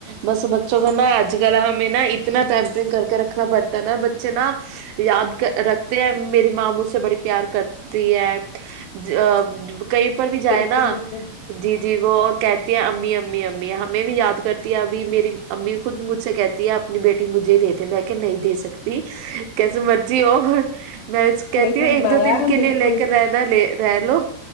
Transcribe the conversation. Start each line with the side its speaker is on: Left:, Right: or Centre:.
Right: بس بچوں کا نا آج کل ہمیں نہ اتنا پیمپرنگ کر کے رکھنا پڑتا ہے نہ بچے نہ یادکر رکھتے ہیں میری ماں مجھ سے بڑی پیار کرتی ہے ا کہیں پر بھی جائے
Left: بالکل
Right: نہ
Left: بالکل
Right: جی جی وہ کہ امی امی امی ہمیں بھی یاد کرتی ہے تی ہے امی امی امی امی ہمیں بھی یاد کرتی ہے ابھی میری امی خود مجھ سے کہتی ہے اپنی بیٹی مجھے دیدے میں کہ نہیں دے سکتی کیسے مرجی ہو میں کہتی
Left: صحیح فرمایا
Right: ہوں ایک دو دن کے
Left: بالکل
Right: لیے لے کے رہ لے رہ لو